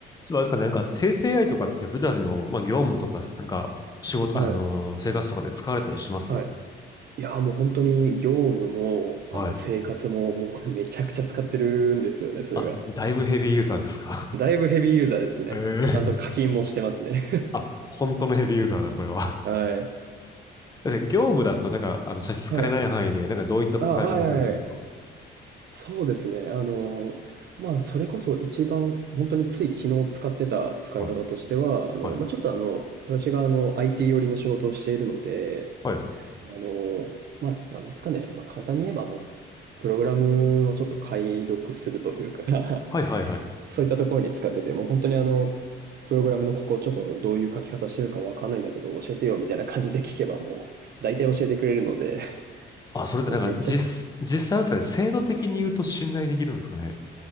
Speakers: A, on the left; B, on the right.
A: そうですかね、なんか生成 AI とかって普段の、まあ、業務とか、なんか仕事、
B: はい、
A: あのー生活とかで使われたりします
B: はい。いや、もう本当に業務も、あの、
A: はい。
B: 生活も、もう <laughs> めちゃくちゃ使ってるんですよね、それが。
A: あ、だいぶヘビーユーザーですか
B: だいぶヘビーユーザーですね。
A: <laughs>
B: ちゃんと課金もしてますね。
A: ええあ、本当のヘビーユーザーだ、これは。
B: <laughs> はい。
A: <laughs> だって業務だと、なんか、あの、差し支えない範囲で、
B: はい。
A: なんかどういった使い方されてるんですか
B: あ、はいはいはい。そうですね。あの、まあ、それこそ一番本当につい昨日使ってた使い方としては、
A: はい、
B: あの、
A: はい、
B: まあ、ちょっと、あの、私が、あの、IT 寄りの仕事をしているので、
A: はい、
B: あの、まあ、なんですかね、まあ、簡単に言えば、あの、プログラムをちょっと解読するというか
A: はい、
B: <laughs>
A: はいはい。
B: そういったところに使ってて、もう本当にあの、プログラムのここちょっとどういう書き方してるのかわかんないんだけど、教えてよみたいな感じで聞けばもう、<laughs> 大体教えてくれるので、
A: あ、それってなんか、
B: もうめちゃ、
A: 実、実際ですかね、制度的に言うと信頼できるんですかね。